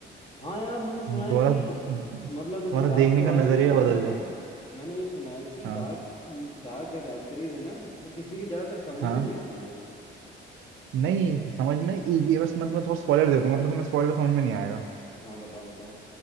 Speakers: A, on the left; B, on the right.
A: हाँ यार मैंने सुना है
B: दोबारा
A: कि
B: तुम्हारा
A: मतलब कि डार्क
B: देखने
A: के बारे
B: का नजरिया
A: में मैंने सुना
B: बदल जाए
A: है मैंने ये सुना है कि
B: हाँ
A: डार्क डार्क वेब सीरीज है ना वो किसी की ज्यादातर समझ
B: हाँ
A: में नहीं आती है
B: नहीं समझ में इजी है बस मैं तुम्हें थोड़ा स्पॉइलर दे दूंगा फिर तुम्हें स्पॉइलर समझ में नहीं आएगा
A: हाँ बताओ बताओ